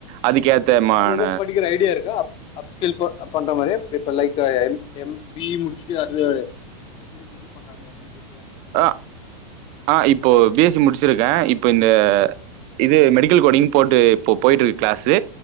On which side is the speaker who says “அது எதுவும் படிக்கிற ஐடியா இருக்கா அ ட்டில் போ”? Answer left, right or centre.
Left